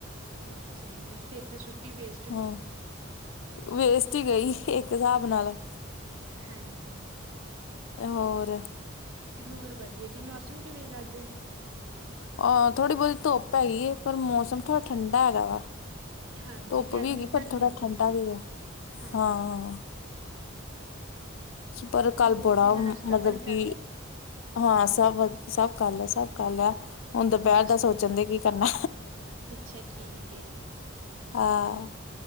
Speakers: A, on the right; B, on the left.
A: ਅੱਛਾ ਜੀ ਫੇਰ ਤੇ ਛੁੱਟੀ ਵੇਸਟ ਗਈ।
B: ਹਮ ਵੇਸਟ ਹੀ ਗਈ ਇੱਕ ਹਿਸਾਬ ਨਾਲ।
A: ਹਾਂਜੀ
B: ਹੋਰ
A: ਹੋਰ ਵਧੀਆ ਜੀ, ਮੌਸਮ ਕਿਵੇਂ ਦਾ ਅੱਜ।
B: ਅ ਥੋੜ੍ਹੀ ਬਹੁਤੀ ਧੁੱਪ ਹੈਗੀ ਏ ਪਰ ਮੌਸਮ ਥੋੜਾ ਠੰਡਾ ਹੈਗਾ ਵਾ।
A: ਹਾਂਜੀ
B: ਧੁੱਪ
A: ਗਰਮੀ
B: ਵੀ ਹੈਗੀ ਪਰ
A: ਤਾਂ ਨਹੀਂ
B: ਥੋੜਾ
A: ਹੈਗੀ
B: ਠੰਡਾ ਵੀ ਹੈਗਾ
A: ਹਾਂਜੀ
B: ਹਾ। ਪਰ ਕੱਲ
A: ਹੋਰ
B: ਬੜਾ
A: ਤੁਸੀਂ ਨਾਸ਼ਤਾ
B: ਮਤਲਬ
A: ਪਾਣੀ ਕਰ
B: ਕਿ
A: ਲਿਆ
B: ਹਾ ਸਭ ਵ ਸਭ ਕਰ ਲਿਆ, ਸਭ ਕਰ ਲਿਆ ਹੁਣ ਦੁਪਹਿਰ
A: ਅੱਛਾ
B: ਦਾ ਸੋਚਣ ਦੇ ਕੀ ਕਰਨਾ।
A: ਅੱਛਾ ਠੀਕ ਐ ਜੀ।
B: ਹਾਂ